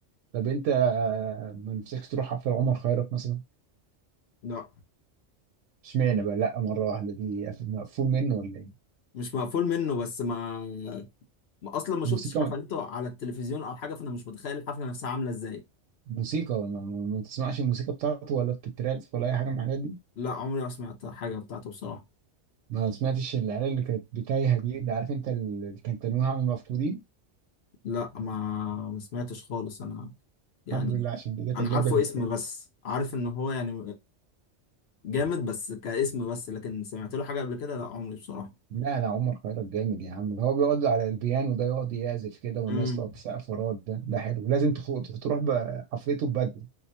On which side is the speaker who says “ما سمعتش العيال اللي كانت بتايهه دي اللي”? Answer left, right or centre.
Right